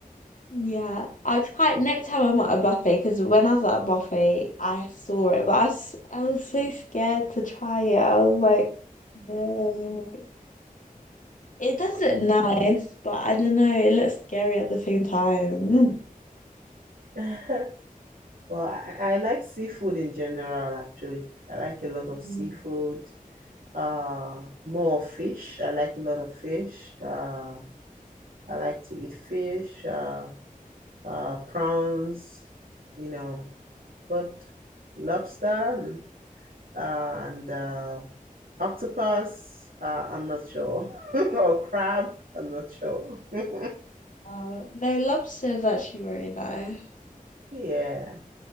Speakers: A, on the left; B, on the right.
A: yeah, I'll try it next time I'm at a buffet because when I was at a buffet, I saw it, but I was I was so scared to try it. I was like, no, it doesn't nice, but I don't know. It looks scary at the same time.
B: Yeah. <laughs> Well, I, I like seafood in general, actually. I like a lot of
A: <laughs>
B: seafood. Uh, more fish. I like a lot of fish. Uh, I like to eat fish, uh, uh, prawns, you know, but lobster, uh, and uh, octopus. Uh, I'm not sure, <laughs> or crab. I'm not sure. <laughs>
A: Oh, no, lobster is actually really nice.
B: Yeah,